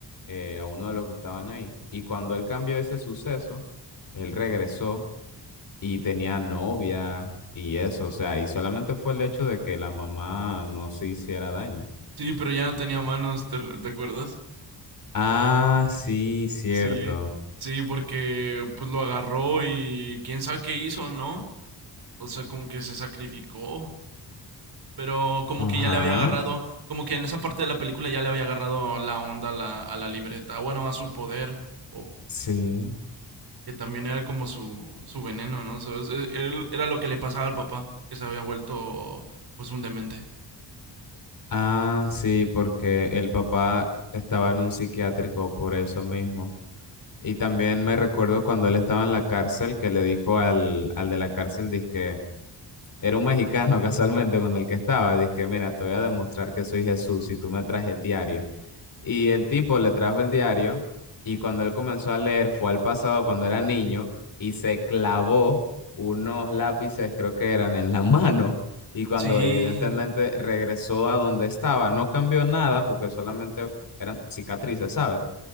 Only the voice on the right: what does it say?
Sí, pero ya no tenía manos, ¿te, te acuerdas?
Sí, sí, porque pues lo agarró y quién sabe qué hizo, ¿no? O sea, como que se sacrificó, pero como
que ya le había agarrado, como que en esa parte de la película ya le había agarrado la onda a la, a la libreta, bueno, a su poder, o
que también era como su, su veneno, ¿no? ¿Sabes? E- él- era lo que le pasaba al papá, que se había vuelto pues un demente.
Sí.